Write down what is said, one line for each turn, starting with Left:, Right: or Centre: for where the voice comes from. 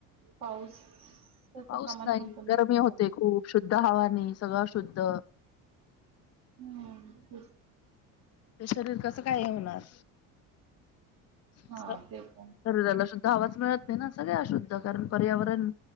Right: पाऊस त्याचं
Left: पाऊस
Right: प्रमाण
Left: नाही
Right: पण कमी
Left: गरमी
Right: होत
Left: होते
Right: चाललंय
Left: खूप, शुद्ध हवा नाही सगळं अशुद्ध
Right: हम्म तेच
Left: ते शरीर कसं काय होणार असं
Right: हा ते पण
Left: शरीराला शुद्धा हवाच मिळत नाही ना सगळे अशुद्ध कारण पर्यावरण